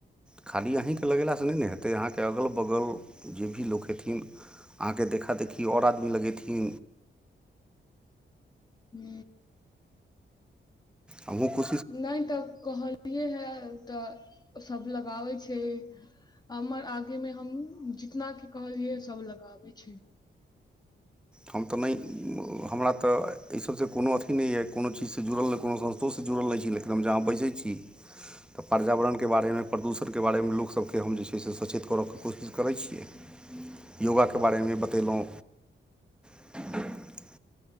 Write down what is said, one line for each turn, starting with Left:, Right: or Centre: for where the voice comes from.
Centre: खाली अहीँके लगेलासँ नहि ने हेतै अहाँके अगल बगल जे भी लोक हेथि अहाँके देखा देखी आओर आदमी लगेथि
Left: हू
Centre: हमू को
Left: नहि तऽ कहलियै हे तऽ सभ लगाबै छ हमर आगे मे हम जितना की कहलियै सब लगाबे छ
Centre: हम तऽ नहि हमरा तऽ एहि सभसँ कोनो अथी नहि यऽ कोनो चीजस से जुड़ल नहि कोनो संस्थोसँ जुड़ल रह नहि छी लेकिन हम जहाँ बैसै छ तऽ पर्यावरणके बारेमे प्रदूषणके बारेमे लोकसभकेँ हम जे छै से सचेत करयके कोशिश करै छिय योगाके बारेमे बतेलहु <unintelligible>